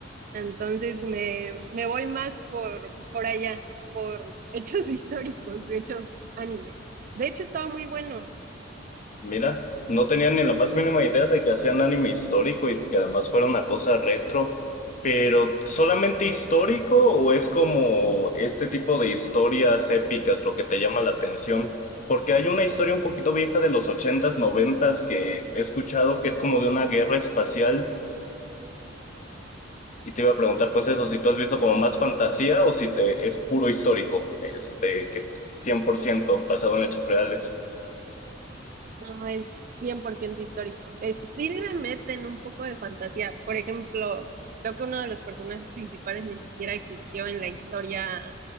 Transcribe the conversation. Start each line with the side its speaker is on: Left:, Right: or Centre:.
Right: Entonces me, me voy más por, por allá, por hechos <laughs> históricos, hechos anime. De hecho, estaba muy bueno.
Left: Mira, no tenía ni la más mínima idea de que hacían anime histórico y que además fuera una cosa retro. Pero, ¿solamente histórico o es como este tipo de historias épicas lo que te llama la atención? Porque hay una historia un poquito vieja de los ochentas, noventas que he escuchado que es como de una guerra espacial y te iba a preguntar pues eso, si tú has visto como más fantasía o si te es puro histórico, este, que 100% basado en hechos reales.
Right: No es cien por ciento histórico. Es, sí le meten un poco de fantasía. Por ejemplo, creo que uno de los personajes principales ni siquiera existió en la historia